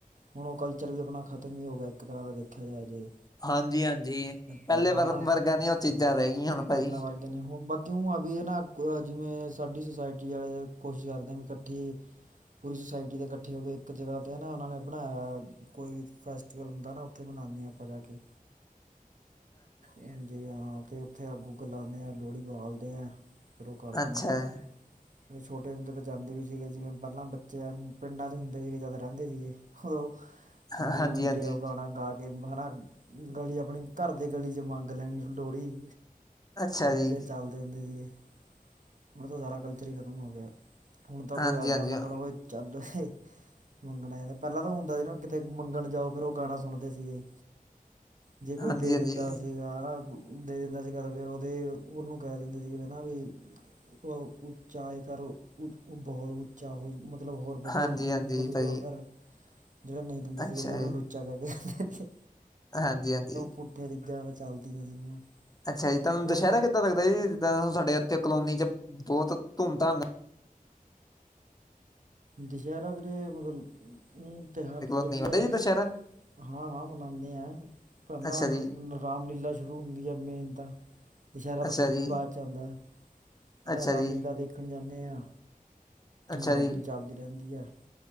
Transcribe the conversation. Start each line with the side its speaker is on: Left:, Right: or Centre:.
Right: ਹੁਣ ਉਹ ਕਲਚਰ ਵੀ ਆਪਣਾ ਖ਼ਤਮ ਹੀ ਹੋ ਗਿਆ ਇੱਕ ਤਰ੍ਹਾਂ ਦਾ ਦੇਖਿਆ ਜਾਇਆ ਜੇ।
Left: ਹਾਂਜੀ ਹਾਂਜੀ ਪਹਿਲੇ
Right: ਪਹਿਲਾਂ
Left: ਵਰ
Right: ਹਨਾ
Left: ਵਰਗਾਾਂ ਨਿ ਉਹ ਚੀਜ਼ਾਂ ਰਹਿ ਗਈਆਂ ਹੁਣ ਭਾਜੀ।
Right: ਪਹਿਲਾਂ ਵਰਗੇ ਹੁਣ ਬਾਕੀ ਹ ਅ ਵੀ ਇਹ ਨਾ ਜਿਵੇਂ ਸਾਡੀ ਸੁਸਾਇਟੀ ਵਾਲੇ ਕੋਸ਼ਿਸ਼ ਕਰਦੇ ਵੀ ਇਕੱਠੀ। ਪੂਰੀ ਸੁਸਾਇਟੀ ਤੇ ਇਕੱਠੇ ਹੋ ਕੇ ਇੱਕ ਜਗ੍ਹਾ ਤੇ ਨਾ ਉਹਨਾਂ ਨੇ। ਬਣਾਇਆ ਕੋਈ ਵੀ ਫੈਸਟੀਵਲ ਹੁੰਦਾ ਨਾ ਉੱਥੇ ਮਨਾਉਂਦੇ ਹਾਂ ਆਪਾਂ ਜਾ ਕੇ। ਹਾਂਜੀ ਹਾਂ ਤੇ ਉੱਥੇ ਅੱਗ ਉਗ ਲਾਉਨੇ ਆ ਲੋਹੜੀ ਬਾਲਦੇ ਆ। ਸ਼ੁਰੂ ਕਰਦੇ
Left: ਅੱਛਾ
Right: ਹਾਂ ਹਾਂਜੀ। ਫ ਛੋਟੇ ਹੁੰਦੇ ਤਾਂ ਜਾਂਦੇ ਵੀ ਸੀਗੇ ਜਿਵੇਂ ਪਹਿਲਾਂ ਬੱਚੇ ਪਿੰਡਾਂ ਚ ਹੁੰਦੇ ਸੀਗੇ ਜਾਂਦਾ ਰਹਿੰਦੇ ਸੀਗੇ। ਉਹਹ ਸੁੰਦਰੀ
Left: ਹਾਂ- ਹਾਂਜੀ
Right: ਮੁੁੰਦਰੀ
Left: ਹਾਂਜੀ
Right: ਉਹ ਗਾਣਾ ਗਾ। ਤੇ ਮਹਾਨਾ ਗਲੀ ਆਪਣੀ ਘਰ ਦੇ ਗਲੀ ਚ ਮੰਗ ਲੈਣੀ ਲੋਹੜੀ।
Left: ਅੱਛਾ
Right: ਉਹੋ
Left: ਜੀ
Right: ਜਿਹੇ ਚੱਲਦੇ ਹੁੰਦੇ ਸੀਗੇ ਹੁਣ ਤਾਂ ਸਾਰਾ ਕਲਚਰ ਹੀ ਖ਼ਤਮ ਹੋ ਗਿਆ। ਹੁਣ ਤਾਂ
Left: ਹਾਂਜੀ
Right: ਕੋਈ ਅੱਜ
Left: ਹਾਂਜੀ
Right: ਦਾ ਮੰਗਣਾ ਕੋਈ ਚੱਲ ਮੰਗਣਾ ਇਹਦਾ। ਪਹਿਲਾਂ ਤਾਂ ਹੁੰਦਾ ਸੀ ਨਾ ਕਿਤੇ ਮੰਗਣ ਜਾਓ ਫਿਰ ਉਹ ਗਾਣਾ ਸੁਣਦੇ ਸੀਗੇ। ਜੇ ਕੋਈ
Left: ਹਾਂਜੀ
Right: ਦੇ
Left: ਹਾਂਜੀ
Right: ਦਿੰਦਾ ਸੀ। ਦੇ ਦਿੰਦਾ ਸੀਗਾ ਤੇ ਫੇਰ ਉਹਦੇ ਉਹਨੂੰ ਕਹਿ ਦਿੰਦੇ ਸੀਗੇ ਨਾ ਵੀ। ਉਹ ਉੱਚਾਏ ਕਰੋ ਬਹੁਤ ਉੱਚਾ ਹੋ ਮ ਮਤਲਬ ਹੋਰ ਵਧਾਈ
Left: ਹਾਂਜੀ
Right: <unintelligible>
Left: ਹਾਂਜੀ
Right: ਬਦੂਗਾ
Left: ਭਾਜੀ
Right: ਘਰ। ਜਿਹੜਾ ਨਹੀ ਦਿੰਦੇ
Left: ਅੱਛਾ
Right: ਸੀਗੇ <unintelligible> ਫੇਰ ਉਹਨੂੰ
Left: ਜੀ
Right: ਲੁਚਾ ਕਹ ਕੇ ਕੇ
Left: ਹਾਂਜੀ ਹਾਂਜੀ
Right: ਪੁੱਠੇ ਚੀਜ਼ਾਂ। ਚੱਲਦੀਆਂ ਸੀਗੀਆਂ।
Left: ਅਛਾ ਜੀ ਤੁਹਾਨੂੰ
Right: ਪਰ
Left: ਦਸ਼ਹਿਰਾਂ
Right: ਉਹ
Left: ਕਿੱਦਾਂ ਲੱਗਦਾ ਜੀ ਜਿੰਦਾ ਸਾਡੇ ਇੱਥੇ ਕਲੋਨੀ ਚ ਬਹੁਤ ਧੂਮ ਧਾਮ। ਨਾਲ
Right: ਦੁਸਹਿਰਾਂ ਵੀਰੇ ਮਤਲਬ ਉ ਤਿਉਹਾਰ
Left: ਕਲੋਂ ਨਹੀਂ
Right: ਵਧੀਆ।
Left: ਹੁੰਦਾ ਜੀ ਦੁਸਹਿਰਾ
Right: ਹਾਂ ਹਾਂ ਮਨਾਆਦੇ ਹਾਂ। ਪਹਿਲਾਂ
Left: ਅੱਛਾ ਜੀ
Right: ਰਾਮਲੀਲਾ ਸ਼ੁਰੂ ਹੁੰਦੀ ਆ ਮੇਨ ਤਾਂ। ਦੁਸਹਿਰਾ
Left: ਅੱਛਾ
Right: ਤਾਂ ਫਿਰ
Left: ਜੀ
Right: ਵੀ ਬਾਅਦ ਚ ਆਉਦਾ ਪਹਿਲਾਂ
Left: ਅੱਛਾ
Right: ਰਾਮਲੀਲਾ
Left: ਜੀ
Right: ਦੇ ਦੇਖਣ ਜਾਨੇ ਹਾਂ
Left: ਅੱਛਾ
Right: ਨੌ
Left: ਜੀ
Right: ਦਿਨ ਚੱਲਦੀ ਰਹਿਦੀ ਹੈ।